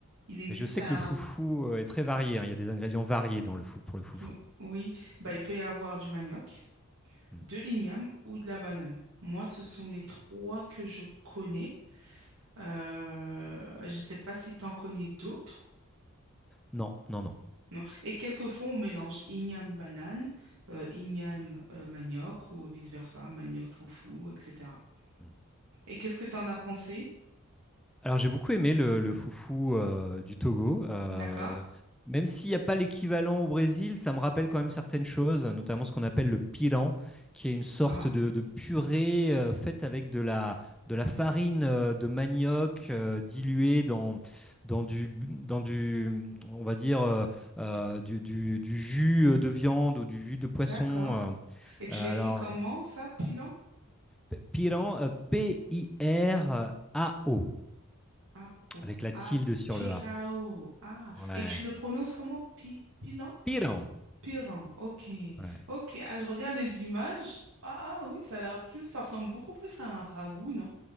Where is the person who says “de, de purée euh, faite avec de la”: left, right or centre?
Centre